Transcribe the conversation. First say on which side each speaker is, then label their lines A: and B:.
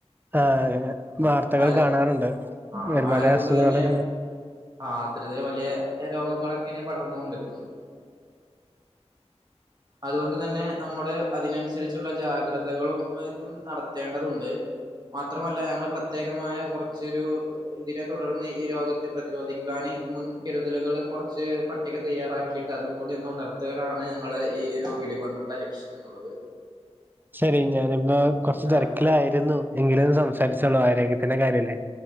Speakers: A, on the right; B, on the right.
A: ആഹ്. വാർത്തകൾ
B: ആയത്
A: കാണാറുണ്ട്
B: ആഹ്
A: ഒരുപാട്
B: ആയത് കൊണ്ട്
A: അസുഖങ്ങള്
B: തന്നെ ആ അത്തരത്തിൽ വലിയ രോഗങ്ങളൊക്കെനെ പടർന്ന് കൊണ്ടിരിക്കുന്നത്. അതുകൊണ്ട് തന്നെ നമ്മുടെ അതിനനുസരിച്ചുള്ള ജാഗ്രതകളും ഇതും നടത്തേണ്ടതുണ്ട്. മാത്രമല്ല ഞങ്ങള് പ്ര പ്രത്യേകമായ കുറച്ചൊരു ഇതിനെ തുടർന്ന് ഈ രോഗത്തെ പ്രതിരോധിക്കാന് മുൻകരുതലുകൾ കുറച്ച് പട്ടിക തയ്യാറാക്കിയിട്ട് അതും കൂടിന്ന് ഉണർത്തലാണ് ഞങ്ങള് ഈ ഒരു വിളികൊണ്ടുള്ള ലക്ഷ്യം എന്നുള്ളത്.
A: ശരി ഞാനിപ്പോ കൊറച്ച്
B: ഏഹ്
A: തിരക്കിലായിരുന്നു എങ്കില സം ച്ചോളാം ആരോഗ്യ ത്തിന്റെ കാര്യല്ലേ.